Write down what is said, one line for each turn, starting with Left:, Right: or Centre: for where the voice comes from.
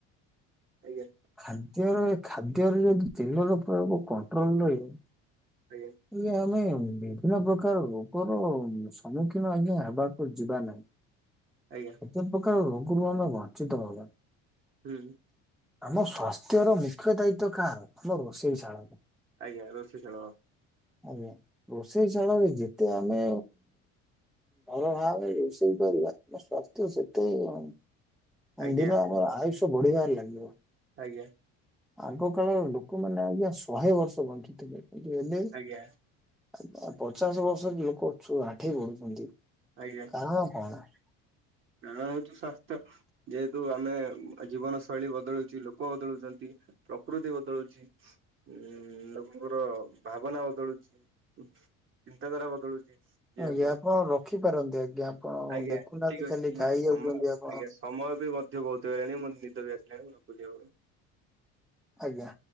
Right: ଆଜ୍ଞା।
Centre: ଖାଦ୍ୟର ଖାଦ୍ୟରେ ଯଦି ତେଲର ପ୍ରୟୋଗ କଣ୍ଟ୍ରୋଲ ରହିବ।
Right: ଆଜ୍ଞା
Centre: ଇଏ ଆମେ ବିଭିନ୍ନ ପ୍ରକାର ରୋଗର ସମ୍ମୁଖୀନ ଆଜ୍ଞା ହେବାକୁ ଯିବା ନାହିଁ।
Right: ଆଜ୍ଞା
Centre: କେତେ ପକା ହବ। <unintelligible> ବଞ୍ଚି ତ ଭବା।
Right: ହୁଁ।
Centre: ଆମ ସ୍ଵାସ୍ଥ୍ୟର ମୁଖ୍ୟ ଦାୟିତ୍ୱ କାହାର ଆମ ରୋଷେଇ ଶାଳର।
Right: ଆଜ୍ଞା ରୋଷେଇ ଶାଳ।
Centre: ଆଜ୍ଞା ରୋଷେଇ ଶାଳରେ ଯେତେ ଆମେ ଭଲ ଭାବରେ ରୋଷେଇ କରିବା। ମୋ ସ୍ୱାସ୍ଥ୍ୟ ସେତେ ଇଁ <unintelligible>
Right: ଆଜ୍ଞା
Centre: ଅନ୍ଦିର ଆମର ଆୟୁଷ୍ ବଢିଆ ଲାଗିବ।
Right: ଆଜ୍ଞା।
Centre: ଆଗ କାଳ ଲୋକମାନେ ଆଜ୍ଞା ଶହେ ବର୍ଷ ବଞ୍ଚୁଥିଲେ ୟେ ଲେ
Right: ଆଜ୍ଞା
Centre: ଆଜ୍ଞା ପଚାଶ ବର୍ଷ ଲୋକୁ ଆଣ୍ଠେଇ ପଢୁଛନ୍ତି। <inaudible>
Right: ଆଜ୍ଞା କାରଣ ହଉଛି ସ୍ୱାସ୍ଥ୍ୟ ଯେହେତୁ ଆମେ ଜୀବନ ଶୈଳୀ ବଦଳୁଚି ଲୋକ ବଦଳୁଛନ୍ତି ପ୍ରକୃତି ବଦଳୁଛି ଉ ଲୋକଙ୍କର ଭାବନା ବଦଳୁଛି। ହୁ ଚିନ୍ତା ଧାରା ବଦଳୁଛି। ଯେହେତୁ
Centre: ଆଜ୍ଞା ଆପଣ ରଖିପାରନ୍ତି ଆଜ୍ଞା ଆପଣ
Right: ଆଜ୍ଞା
Centre: ଦେଖୁନାହାନ୍ତି
Right: ଠିକ
Centre: ଖାଲି
Right: ଅଛି
Centre: ଗାଇ
Right: ସମୟ
Centre: ଯାଉଛନ୍ତି ଆପଣ
Right: ଆଜ୍ଞା ସମୟ ବି ମଧ୍ୟ ବଦଳିଲାଣି ମୋ ନିଦ ବି ଆସିଲାଣି ମୁଁ ରଖୁ। <unintelligible>
Centre: ଆଜ୍ଞା।